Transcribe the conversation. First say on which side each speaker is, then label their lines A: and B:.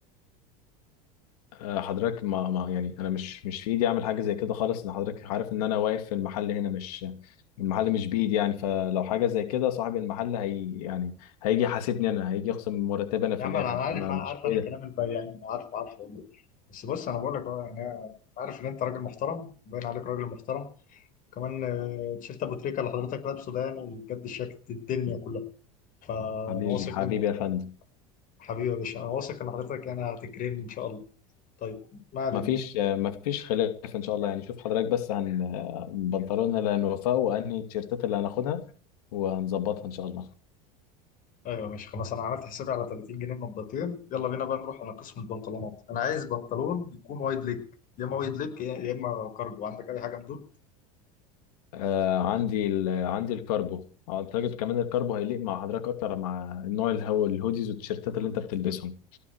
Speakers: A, on the left (about 75°); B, on the left (about 45°).
A: آه حضرتك ما, ما يعني انا مش مش في ايدي اعمل حاجه زي كده خالص ان حضرتك عارف ان انا واقف في المحل هنا مش المحل مش بايدي يعني فلو حاجه زي كده صاحب المحل هي يعني هيجي يحاسبني انا هيجي يخصم من مرتبي انا في
B: يا عم
A: الاخر
B: انا عارف
A: فانا
B: عارف
A: مش
B: انا
A: ايه
B: كلام
A: ده
B: البياعين ده عارفه عارفه والله بس بص انا بقول لك اهو يعني أنا عارف ان انت راجل محترم باين عليك راجل محترم كمان آه، تيشيرت ابو تريكه اللي حضرتك لابسه ده يعني بجد شياكة الدنيا كلها فانا
A: حبيبي
B: واثق
A: حبيبي
B: ان
A: يا فندم
B: حبيبي يا باشا انا واثق ان حضرتك يعني هتكرمني ان شاء الله طيب ما علينا
A: ما فيش ما فيش خلاف ان شاء الله يعني شوف حضرتك بس هن البنطلون اللي هنوفقه وانهي التيشيرتات اللي هناخدها وهنظبطها ان شاء الله
B: ايوه ماشي خلاص انا عملت حسابي على 30 جنيه نضارتين يلا بينا بقى نروح على قسم البنطلونات انا عايز بنطلون يكون وايد ليج يا اما وايد ليج يا يا اما كارجو عندك اي حاجه من دول
A: آه عندي ال... عندي الكاربو اعتقد كمان الكاربو هيليق مع حضرتك اكتر مع النوع الهو الهوديز والتيشيرتات اللي انت بتلبسهم